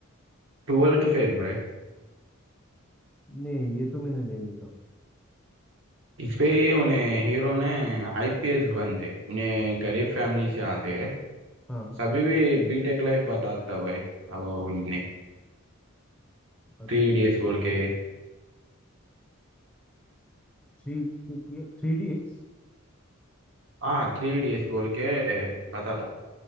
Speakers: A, on the right (about 65°); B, in the centre.
A: ट्वेल्थ फेल भाई
B: नहीं ये तो मैंने नहीं देखा
A: इस पे ही उन्हें हीरो ने आईपीएस बनते उन्हें गरीब फैमिली से आते हैं
B: हाँ
A: सभी भी बीटेक लाइफ बताता भाई अब उन्हें
B: अच्छा
A: थ्री इडियट्स बोल के
B: Three three idiots
A: हाँ थ्री इडियट्स बोल के बताता